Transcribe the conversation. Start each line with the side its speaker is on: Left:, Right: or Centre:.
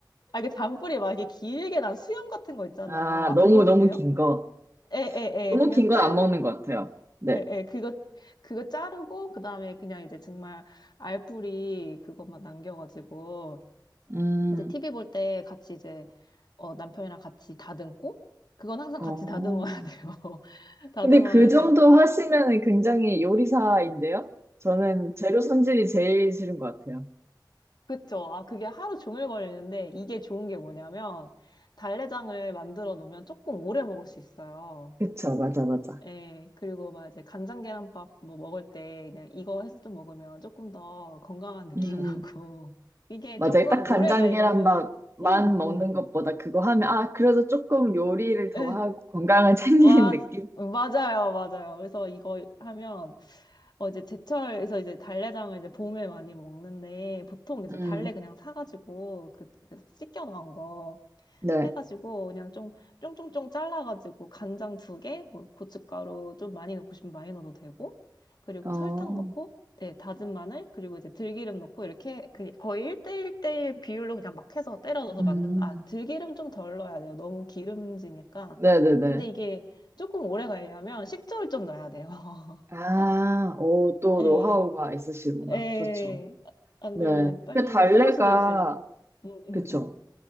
Left: 아, 그 잔뿌리 막 이게 길게 난 수염 같은 거 있잖아요.
Right: 아,
Left: 아,
Right: 너무,
Left: 그거 드세요?
Right: 너무 긴 거.
Left: 에에에
Right: 너무
Left: 그냥
Right: 긴 건
Left: 자르고,
Right: 안 먹는 것 같아요. 네.
Left: 에에 그거, 그거 자르고, 그 다음에 그냥 이제 정말 알뿌리 그것만 남겨가지고,
Right: 음,
Left: 이제 TV 볼 때 같이 이제, 어, 남편이랑 같이 다듬고, 그건 항상
Right: 어.
Left: 같이 다듬어야 돼요. <laughs> 다듬어야
Right: 근데 그 정도
Left: 되고.
Right: 하시면은 굉장히 요리사인데요? 저는 재료 손질이 제일 싫은 것 같아요.
Left: 그쵸. 아, 그게 하루 종일 걸리는데 이게 좋은 게 뭐냐면 달래장을 만들어 놓으면 조금 오래 먹을 수 있어요.
Right: 그쵸, 맞아, 맞아.
Left: 예, 그리고 막 이제 간장 계란밥 뭐 먹을 때 그냥 이거 해서 좀 먹으면 조금 더 건강한 느낌
Right: 음.
Left: 나고 <laughs> 이게
Right: 맞아요.
Left: 조금
Right: 딱 간장
Left: 오래 가려면
Right: 계란밥만
Left: 음,
Right: 먹는
Left: 음,
Right: 것보다 그거 하면, 아, 그래도 조금 요리를 더
Left: 예.
Right: 하고 건강을 <laughs> 챙기는
Left: 와,
Right: 느낌?
Left: 맞아요, 맞아요. 그래서 이거 하면, 어, 이제 제철에서 이제 달래장을 이제 봄에 많이 먹는데, 보통 이제
Right: 음,
Left: 달래 그냥 사가지고, 그, 그 씻겨 나온 거
Right: 네.
Left: 해가지고, 그냥 좀, 쫑쫑쫑 잘라가지고, 간장 두 개, 뭐 고춧가루 좀 많이 넣고 싶으면 많이 넣어도 되고, 그리고
Right: 어,
Left: 설탕 넣고, 네, 다진 마늘, 그리고 이제 들기름 넣고, 이렇게 그 거의 1대1대1 비율로 그냥 막 해서 때려 넣어서
Right: 음,
Left: 만든다. 아, 들기름 좀 덜 넣어야 돼요. 너무 기름지니까.
Right: 네네네.
Left: 근데 이게 조금 오래 가려면 식초를 좀 넣어야 돼요. <laughs>
Right: 아, 오, 또
Left: 예,
Right: 노하우가 있으시구나.
Left: 예.
Right: 좋죠.
Left: 안
Right: 네.
Left: 그러면 빨리
Right: 그 달래가,
Left: 썩을 수도 있으니까. 응, 응,
Right: 그쵸.
Left: 응.